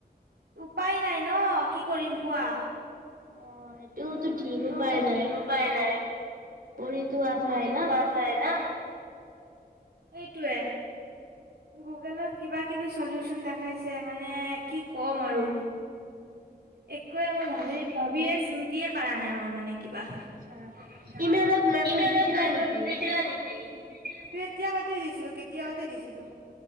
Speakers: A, on the right; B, on the right.
A: উপায় নাই ন কি কৰিম কোৱা?
B: অ' এইটোতো
A: অ
B: ঠিক
A: সেইতোটো
B: উপায় নাই,
A: ঠিক উপায় নাই
B: কৰিতো আছাই
A: কৰিতো
B: না।
A: আছাই না সেইটোৱে। গুগলত কিবা কিবি চলিউচন দেখাইছে মানে কি ক'ম আৰু। একোৱে মই ভাবি ভাবিয়ে চিন্তিয়ে পাৰা নাই মই মানে কি। আ
B: আচ্ছা,
A: আচ্ছা
B: ইমেইলত মেছেজ
A: ইমেইলত
B: দিছিলা
A: মেছেজ
B: নেকি?
A: দিছিলা নি? কেতিয়াবাতে দিছিলো কেতিয়াবাতে দিছিলো।